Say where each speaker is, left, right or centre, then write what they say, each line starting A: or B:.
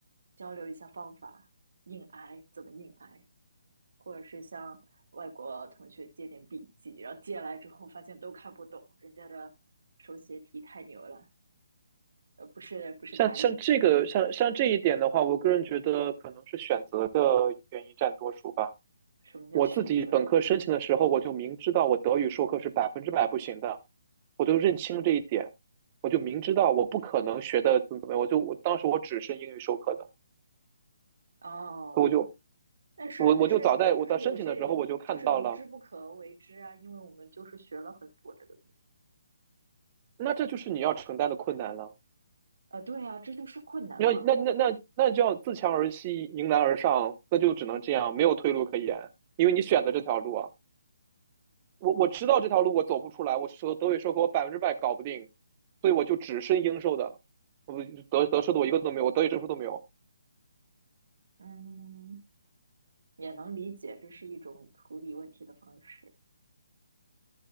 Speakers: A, on the right; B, on the right.
A: 交流一下方法，硬挨怎么硬挨。或者是向外国同学借点笔记，然后借来之后发现都看不懂，人家的手写体太牛了，呃，不是不是打印体，
B: 像像这个像像这一点的话，我个人觉得可能是选择的原因占多数吧。
A: 什么叫选择的原因？
B: 我自己本科申请的时候，我就明知道我德语授课是百分之百不行的，我就认清这一点，我就明知道我不可能学的怎么怎么样，我就我当时我只是英语授课的，
A: 哦，
B: 我就
A: 但是但是就是有些人就是明知不可为之啊，
B: 我我就早在我在申请的时候我就看到了，
A: 因为我们就是学了很多德语，
B: 那这就是你要承担的困难了。
A: 呃，对啊，这就是困难嘛，
B: 你要那那那那就要自强而息，迎难而上，那就只能这样，没有退路可言，因为你选择这条路啊。我我知道这条路我走不出来，我说德语说和我百分之百搞不定，所以我就只申英授的，我德德授的我一个都没有，我德语证书都没有，
A: 嗯，也能理解，这是一种处理问题的方式，